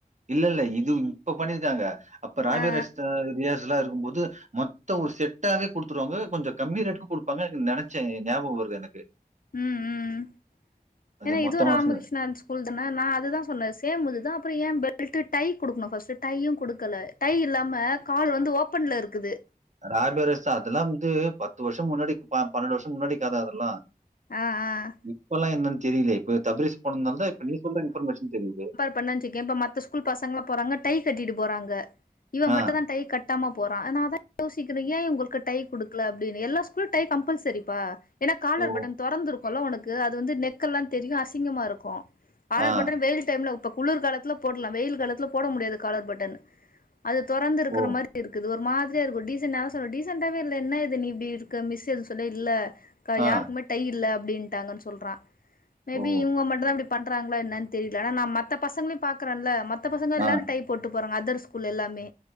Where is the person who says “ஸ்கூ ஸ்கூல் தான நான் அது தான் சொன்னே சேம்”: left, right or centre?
Left